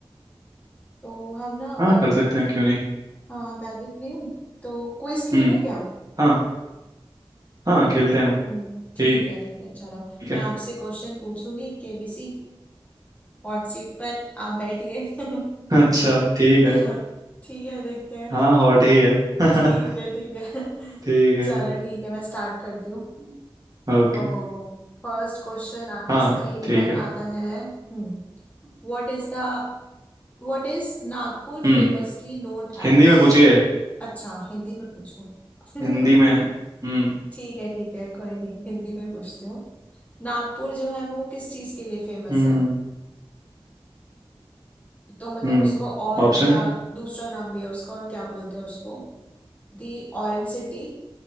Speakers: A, on the left; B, on the right.
A: तो हम ना अ,
B: हाँ कर सकते हैं क्यों नहीं
A: हाँ मैं भी फ्री हूँ तो क्विज खेलें
B: हम्म
A: क्या
B: हाँ हाँ खेलते हैं ना
A: हम्म ठीक
B: ठीक
A: है ठीक है चलो
B: है
A: मैं आपसे क्वेश्चन पूछूंगी केबीसी हॉट सीट पर आप बैठिए <laughs>
B: अच्छा ठीक है
A: तो ठीक है देखते हैं
B: हाँ हॉट ही है <laughs>
A: ठीक है ठीक है
B: ठीक है
A: चलो ठीक है मैं स्टार्ट करती हूँ
B: ओके
A: तो फर्स्ट क्वेश्चन आपकी
B: हाँ
A: स्क्रीन
B: हाँ ठीक
A: पर
B: है
A: आता है हम्म What is the what is Nagpur
B: हम्म
A: famously known
B: हिंदी
A: as
B: में पूछिए
A: अच्छा हिंदी में पूछूं <laughs>
B: हिंदी में हम्म
A: ठीक है ठीक है कोई नहीं हिंदी में पूछती हूँ नागपुर जो है वो किस चीज के लिए फेमस
B: हम्म
A: है तो मतलब
B: हम्म
A: उसको और
B: ऑप्शन
A: क्या दूसरा नाम भी है उसका और क्या बोलते हैं उसको The orange city